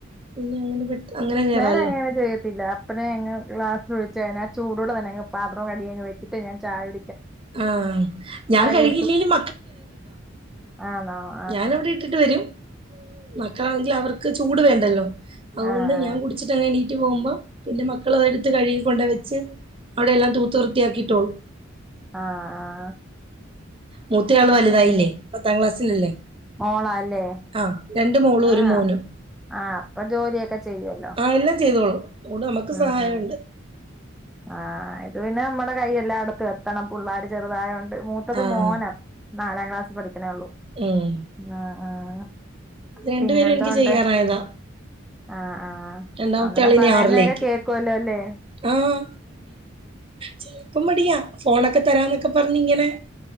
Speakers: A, on the right (about 25°); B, in the centre.
A: ഇനി അങ്ങനെ <unintelligible> കയറാമല്ലോ
B: വേറെ എ ങ്ങനെ ചെയ്യത്തില്ല പിന്നെങ് ഗ്ലാസ്ഴിച്ചഴാ ആ ചൂടെ തന്നെ പാത്രം കിയ അങ് വെച്ചിട്ട് ഞൻ ചായ
A: ആഹ് ഞാൻ കഴുകില്ലേലും
B: കു ാ <unintelligible>
A: ഞാൻ എവിടെ ഇട്ടിട്ട് വരും. മക്കളാണെങ്കിൽ അവർക്ക് ചൂട് വേണ്ടല്ലോ അതുകൊണ്ട്
B: ആഹ് ആഹ്
A: ഞാൻ കുടിച്ചിട്ട ഇം എഴണീട്ട് പോകുമ്പോൾ പിന്നെ മക്കള അതെടുത്ത് കഴുകൊണ്ട വെച്ച് അവിടെ എല്ലാം തൂത്ത വൃത്തിയാക്കിയിട്ടോളും.
B: ആഹ് ആഹ്
A: മൂത്തെയാൾ വലുതായില്ലേ? പത്താം ക്ലാസ്സല്ലേ?
B: മോളാല്ലേ
A: ആഹ് രണ്ട് മോളും ഒരു
B: ആഹ്
A: മോനും.
B: ആഹ് അപ്പൊ ജോലിയൊക്കെ ചെയ്യുവല്ലോ
A: ആ എല്ലാം ചെയ്തോളും ഇടെ നമുക്ക്
B: ഉം
A: സഹായുണ്ട്.
B: ഉം ആഹ് ഇത് പിന്നെ നമ്മടെ കൈെല്ലായിടത്തും എത്തണം പിള്ളാര് ചെറുതായോണ്ട് മൂത്തത്
A: ആഹ്
B: മോനാ. നാലാം ക്ലാസ്സിൽ പഠിക്കണേ ഉള്ളൂ.
A: ഉം
B: ആ ആഹ്
A: രണ്ടുപേരും
B: പിന്നെന്തോ
A: എനിക്ക്
B: ഉണ്ട്?
A: ചെയ്യാറായതാ
B: ആഹ് ആഹ്
A: രണ്ടാമത്തെ
B: അങ്ങനെ
A: ആളിനി
B: പറയുന്നേക്കെ
A: ആറിലേക്ക്
B: കേൾക്കുമല്ലോ അല്ലേ?
A: ആഹ് ചെലപ്പോം മടിയാ ഫോണൊക്കെ തരാന്നൊക്കെ പറഞ്ഞഞ് ഇങ്ങനെ